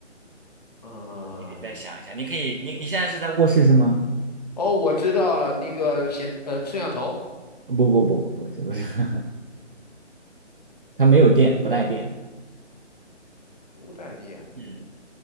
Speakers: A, on the left; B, on the right.
A: 嗯、
B: 可以再想一想。你可以，你你现在是在卧室是吗？
A: 哦，我知道了，那个显呃摄像头。
B: 不不不不不，这不是，<laughs> 它没有电，不带电。
A: 不带电，
B: 嗯，